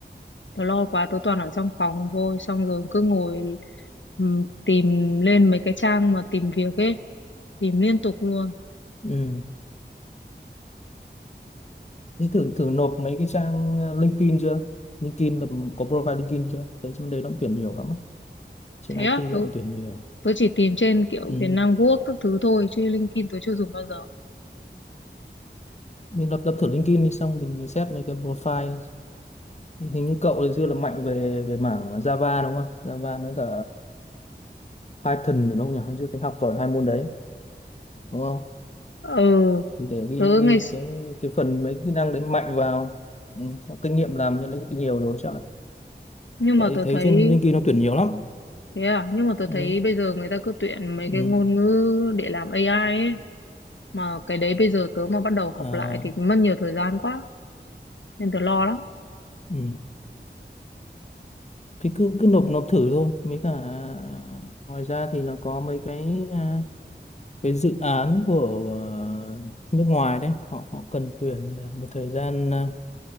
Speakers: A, on the left; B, on the left.
A: Tớ lo quá, tớ toàn ở trong phòng thôi. Xong rồi cứ ngồi ừm, tìm lên mấy cái trang mà tìm việc ấy. Tìm liên tục luôn.
B: ừ. Thế thử thử nộp mấy cái trang ờ, LinkedIn chưa? LinkedIn là có profile LinkedIn chưa? Đấy trên đấy nó tuyển nhiều lắm á. Trên
A: Thế
B: IT
A: á, tớ,
B: họ cũng tuyển nhiều.
A: tớ chỉ tìm trên kiểu
B: Ừ.
A: Việt Nam Work các thứ thôi. Chứ LinkedIn tớ chưa dùng bao giờ.
B: mình lập lập thử LinkedIn đi xong mình, mình xét mấy cái profile hình như cậu thì xưa là mạnh về về mảng Java đúng không Java với cả Python thì đúng không nhỉ Hồi xưa tính học giỏi hai môn đấy đúng không
A: Ừ,
B: thì để ghi,
A: tớ
B: ghi
A: ngày... x-
B: cái cái phần mấy kỹ năng đấy mạnh vào ừ, có kinh nghiệm làm cho LinkedIn nhiều rồi chắc là
A: Nhưng
B: tại
A: mà tớ
B: thấy
A: thấy...
B: trên LinkedIn nó tuyển nhiều lắm
A: Thế à, nhưng mà tớ
B: ừ,
A: thấy bây giờ người ta cứ tuyển mấy
B: ừ,
A: cái ngôn ngữ để làm AI ấy. Mà cái đấy bây giờ tớ mà bắt đầu học
B: à,
A: lại thì mất nhiều thời gian quá. Nên tớ lo lắm.
B: ừ. thì cứ cứ nộp nộp thử thôi mấy cả à, ngoài ra thì nó có mấy cái à, cái dự án của ờ, nước ngoài đấy họ họ cần tuyển một thời gian ờ,